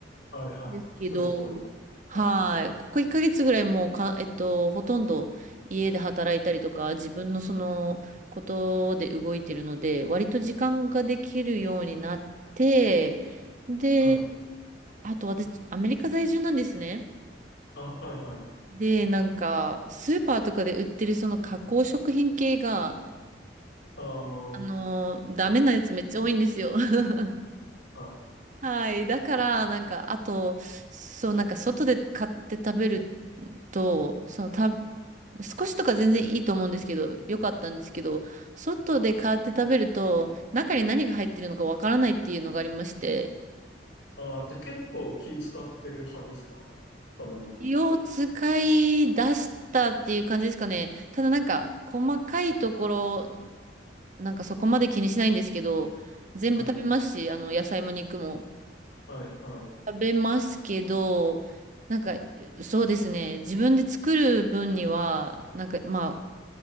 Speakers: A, on the left (about 85°); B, on the right (about 45°).
A: はいはい。
B: ですけど、
A: そりゃそうです。
B: はい。
A: はい。
B: ここ1ヶ月ぐらいもうか、えっと、ほとんど家で働いたりとか、自分のそのことで動いてるので、割と時間ができるようになって、で、
A: はい。
B: あと私、アメリカ在住なんですね。
A: あ、はいはい。
B: で、なんか、スーパーとかで売ってるその加工食品系が、
A: ああ、
B: あのーダメなやつめっちゃ多いんですよ。
A: は
B: <laughs>
A: い。
B: はい。だから、なんか、あと、そう、なんか、外で買って食べると、その、た、少しとか全然いいと思うんですけど、よかったんですけど、外で買って食べると、中に何が入ってるのかわからないっていうのがありまして、
A: ああ、じゃあ結構気使ってる派ですか食べ物。
B: 気を使い出したっていう感じですかね。ただなんか、細かいところ、なんかそこまで気にしないんですけど、全部食べますし、
A: はい、
B: あの、野菜も肉も
A: はい、はい。
B: 食べますけど、なんか、そうですね。自分で作る分には、なんか、まあ、